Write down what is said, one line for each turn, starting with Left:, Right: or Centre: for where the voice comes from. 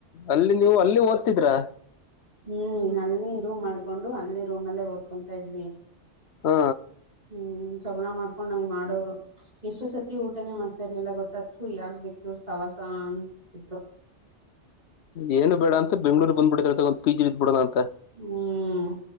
Left: ಅಲ್ಲಿ ನೀವು ಅಲ್ಲಿ ಓದ್ತಿದ್ರಾ.
Right: ಹು ಅಲ್ಲಿ ರೂಮ್ ಮಾಡ್ಕೊಂಡು ಅಲ್ಲಿ ರೂಮ್ ಅಲ್ಲೇ ಓದ್ಕೊಂತಾ ಇದ್ವಿ.
Left: ಹಾ
Right: ಹು ಜಗಳಾ ಮಾಡ್ಕೊಂಡ ಹಂಗ ಮಾಡೋರು. ಎಷ್ಟೋ ಸತಿ ಊಟನೇ ಮಾಡ್ತಾ ಇರ್ಲಿಲ್ಲಾ ಗೊತ್ತಾ ತ್ತು ಯಾಕ್ ಬೇಕ ಇವ್ರು ಸವಾಸಾ ಅನ್ಸ್ತಿತ್ತು.
Left: ಏನು ಬೇಡಾ ಅಂತ ಬೆಂಗ್ಳೂರಿಗೆ ಬಂದ್ಬಿಟ್ಟಿದಾರ ಒಂದ ಪಿ ಜಿ ಇದ್ದ ಬಿಡೋಣ ಅಂತ.
Right: ಹ್ಮ್